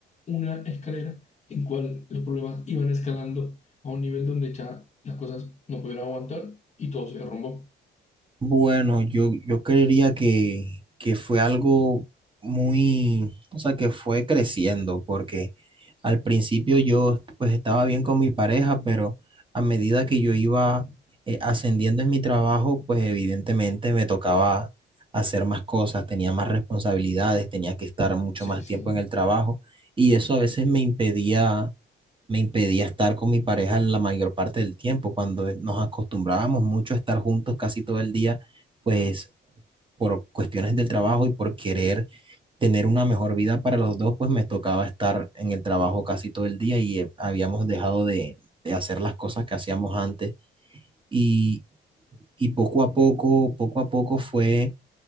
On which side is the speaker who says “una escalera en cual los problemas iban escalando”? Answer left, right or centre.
Left